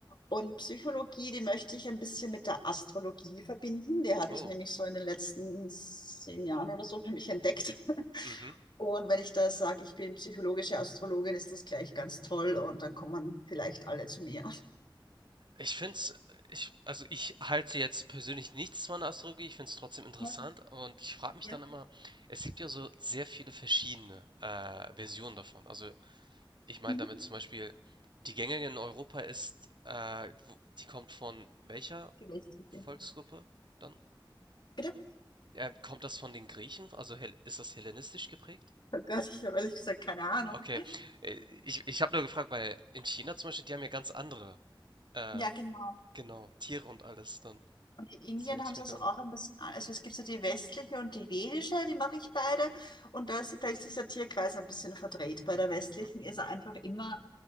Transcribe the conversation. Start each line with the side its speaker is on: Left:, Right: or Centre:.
Left: Und Psychologie, die möchte ich ein bisschen mit der Astrologie verbinden. Die habe
Right: Oh,
Left: ich nämlich so in den letzten zehn Jahren oder so für mich entdeckt. <laughs>
Right: mhm.
Left: Und wenn ich da sage, ich bin psychologische Astrologin, ist das gleich ganz toll und dann kommen vielleicht alle zu mir.
Right: Ich find's, ich, also ich halte jetzt persönlich nichts von der Astrologie, ich find's trotzdem interessant
Left: Ja,
Right: und ich frage mich
Left: ja.
Right: dann immer, es gibt ja so sehr viele verschiedene äh, Versionen davon. Also ich meine
Left: Mhm.
Right: damit zum Beispiel, die gängige in Europa ist, äh, wo- die kommt von welcher
Left: Vielleicht.
Right: Volksgruppe
Left: ja.
Right: dann?
Left: Bitte?
Right: Ähm, kommt das von den Griechen? Also hel- ist das hellenistisch geprägt?
Left: Oh Gott, ich habe ehrlich gesagt keine Ahnung.
Right: Okay, äh, ich, ich habe nur gefragt, weil in China zum Beispiel, die haben ja ganz andere, äh,
Left: Ja, genau.
Right: genau, Tiere und alles dann.
Left: Und in Indien
Right: Deswegen hatte
Left: haben
Right: ich
Left: sie
Right: mich
Left: das
Right: gewundert.
Left: auch ein bisschen, an- also es gibt so die westliche und die vedische, die mache ich beide. Und da ist, da ist dieser Tierkreis ein bisschen verdreht. Bei der westlichen
Right: Mhm.
Left: ist er einfach immer